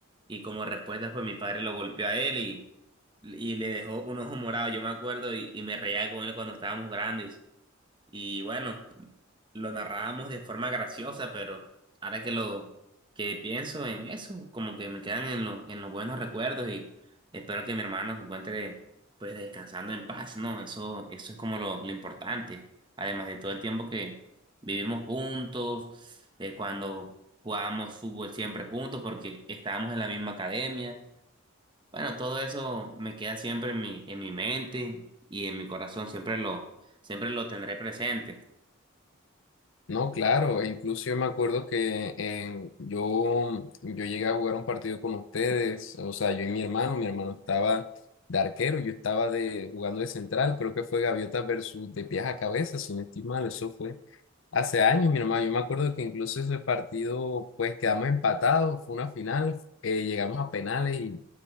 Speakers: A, on the right; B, on the left.
A: Y como respuesta pues mi padre lo golpeó a él y, y le dejó un ojo morado, yo me acuerdo, y, y me reía con él cuando estábamos grandes. Y bueno, lo narrábamos de forma graciosa, pero ahora que lo que pienso en eso, como que me quedan en lo- en los buenos recuerdos y espero que mi hermano se encuentre pues descansando en paz, ¿no? Eso, eso es como lo, lo importante. Además de todo el tiempo que vivimos juntos, eh, cuando jugábamos fútbol siempre juntos porque estábamos en la misma academia. Bueno, todo eso me queda siempre en mi, en mi mente y en mi corazón, siempre lo, siempre lo tendré presente.
B: No, claro, e incluso yo me acuerdo que en- yo, yo llegué a jugar un partido con ustedes, o sea, yo y mi hermano, mi hermano estaba de arquero, yo estaba de, jugando de central, creo que fue Gaviotas versus de pies a cabeza, si no estoy mal, eso fue hace años, mi hermano, yo me acuerdo que incluso ese partido, pues quedamos empatados, fue una final, eh, llegamos a penales y